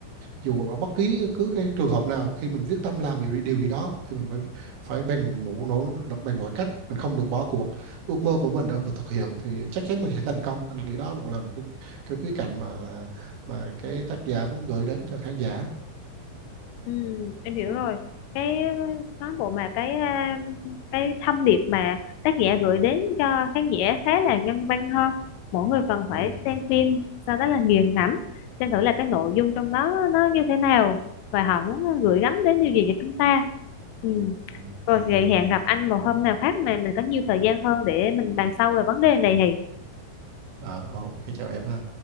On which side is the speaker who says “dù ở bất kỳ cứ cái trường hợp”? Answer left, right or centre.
Right